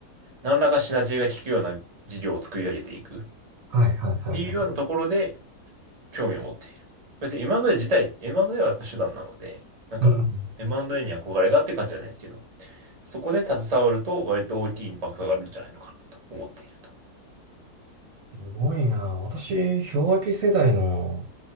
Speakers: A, on the right (about 30°); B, on the right (about 65°).
A: 何らかシナジーが効くような事業を作り上げていくっ
B: はい、はい、はい、
A: ていうようなところで、
B: はい。
A: 興味を持っている。別に M&A 自体、M&A はやっぱ手段なので、なんか
B: うん。
A: M&A に憧れがっていう感じじゃないですけど、そこで携わると割と大きいインパクトがあるんじゃないのかなと思っていると。
B: すごいな。私、氷河期世代の、